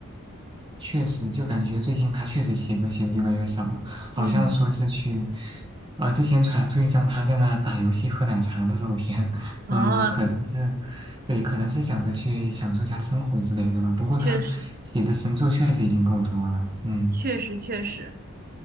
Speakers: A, on the right; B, on the right.
A: 确实，就感觉最近他确实写歌写的越来越少了，好像说是去，
B: 嗯，
A: 呃，之前传出一张他在那打游戏喝奶茶的照片，<laughs>
B: 啊，
A: 嗯，可能是，对，可能是想着去享受一下生活之类的吧。不过他写的神作确实已经够多了，
B: 确实，
A: 嗯
B: 确实，确实，